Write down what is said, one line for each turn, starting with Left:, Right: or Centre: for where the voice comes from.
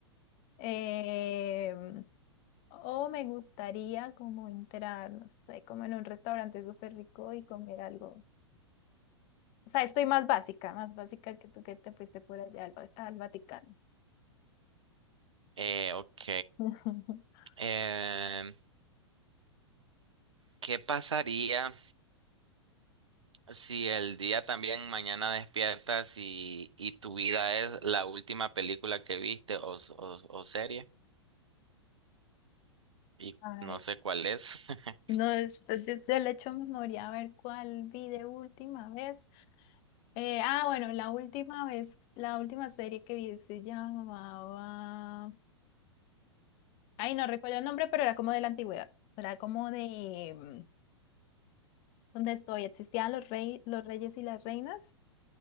Left: Em, o me gustaría como entrar, no sé, como en un restaurante súper rico y comer algo O sea, estoy más básica, más básica que tú que te fuiste por allá al, Va- al Vaticano.
Right: Eh, ok,
Left: <laughs>
Right: em, ¿qué pasaría si el día también mañana despiertas y, y tu vida es la última película que viste o, s- o, s- o serie? Y
Left: Ay,
Right: no sé cuál es. <laughs>
Left: no, después de- del hecho memoria, a ver cuál vi de última vez. Eh, ah, bueno, la última vez, la última serie que vi se llamaba. Ay, no recuerdo el nombre, pero era como de la antigüedad. Era como de mm, donde estoy, existían los rey, los reyes y las reinas.